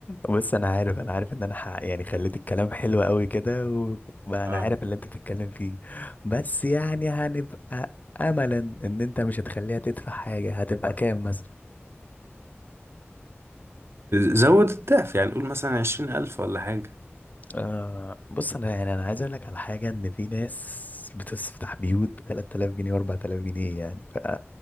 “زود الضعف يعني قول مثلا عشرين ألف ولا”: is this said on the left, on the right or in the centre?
Right